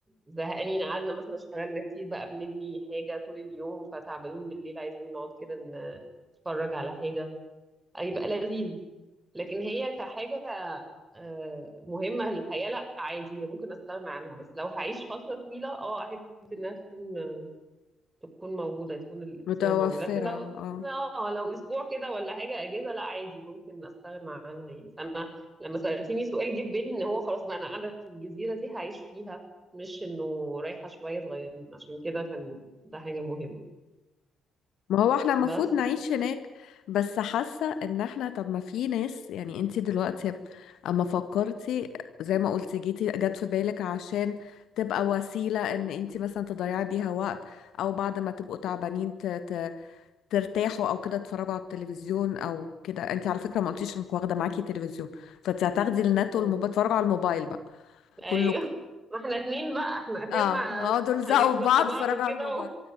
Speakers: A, on the right; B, on the left.
A: زهقانين قعدنا مثلا اشتغلنا كتير بقى بنبني حاجة طول اليوم فتعبانين بالليل عايزين نقعد كده ن- نتفرج على حاجة هيبقى لذيذ لكن هي كحاجة آه، مهمة للحياة لا عادي هي ممكن استغنى عنها بس لو هعيش فترة طويلة اه احب انها تكون تكون موجودة تكون الاختيار
B: متوفرة
A: موجود لكن لو
B: اه
A: اه لو اسبوع كده ولا حاجة اجازة لا عادي ممكن استغنى عنها يعني فانا لما سألتيني سؤال جه في بالي ان هو خلاص بقى انا قاعدة في الجزيرة دي هعيش فيها مش انه رايحة شوية صغيرين عشان كده كان ده حاجة مهمة
B: ما هو احنا المفروض
A: بس
B: نعيش هناك بس حاسة ان احنا طب ما في ناس يعني انتي دلوقتي اما فكرتي زي ما قلتي جيتي جت في بالك عشان تبقى وسيلة ان انتي مثلا تضيعي بيها وقت او بعد ما تبقوا تعبانين ت... ت... ترتاحوا او كده تتفرجوا على التلفزيون او كده انتي على فكرة ما قلتيش انك واخدة معاكي تلفزيون فانتي هتاخدي النت
A: مم.
B: والموبايل تتفرجوا على الموبايل بقى
A: ايوه
B: كلكم
A: <laughs> ما احنا اتنين بقى احنا اخرنا
B: اه اقعدوا
A: اتنين
B: الزقوا
A: هننام
B: في
A: جنب
B: بعض
A: بعض
B: اتفرجوا
A: كده
B: على الموبايل
A: و...